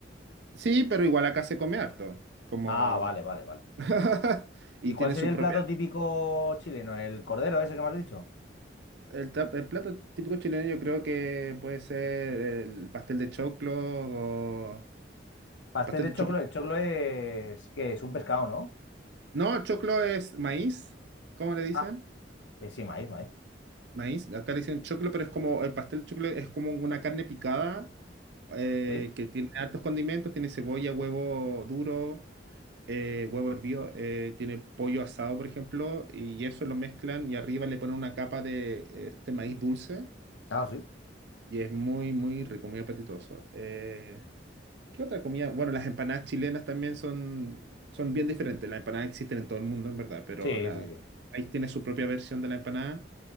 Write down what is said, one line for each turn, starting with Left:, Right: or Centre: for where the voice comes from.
Right: Sí, pero igual acá se come harto, como...
Left: Ah, vale, vale, vale.
Right: <laughs> y
Left: ¿Y cuál
Right: tiene
Left: sería
Right: su
Left: el
Right: propia...
Left: plato típico chileno? ¿El cordero ese que me has dicho?
Right: El, ta- el plato típico chileno yo creo que puede ser el pastel de choclo o...
Left: Pastel
Right: Pastel
Left: de
Right: de
Left: choclo.
Right: choclo.
Left: El choclo es... ¿Qué es? Un pescado, ¿no?
Right: No, choclo es maíz, ¿cómo le dicen?
Left: Ah, eh, sí, maíz, maíz.
Right: maíz, acá le dicen choclo, pero es como, el pastel choclo es como una carne picada eh,
Left: ¿Sí?
Right: que tiene hartos condimentos, tiene cebolla, huevo duro, eh, huevo hervido, eh, tiene pollo asado, por ejemplo, y eso lo mezclan y arriba le ponen una capa de eh, este maíz dulce
Left: Ah, sí.
Right: y es muy, muy rico, muy apetitoso. Eh, ¿Qué otra comida? Bueno, las empanadas chilenas también son, son bien diferentes. Las empanadas existen en todo el mundo, en verdad, pero
Left: Sí,
Right: la,
Left: sí, sí.
Right: ahí tiene su propia versión de la empanada